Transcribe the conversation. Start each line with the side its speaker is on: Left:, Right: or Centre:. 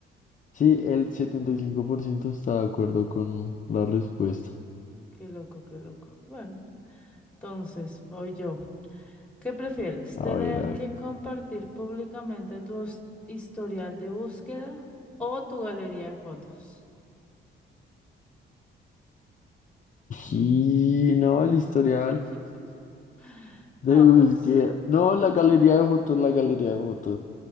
Left: Sí, el 75% está de acuerdo con la respuesta.
Centre: Qué loco, qué loco. Bueno, entonces voy yo. ¿Qué prefieres?
Left: A
Centre: ¿Tener
Left: ver, a
Centre: que
Left: ver.
Centre: compartir públicamente tu his- historial de búsqueda o tu galería de fotos? Mm.
Left: Y no, el historial
Centre: <laughs> No,
Left: de búsqueda.
Centre: pues
Left: No, la galería de fotos, la galería de fotos.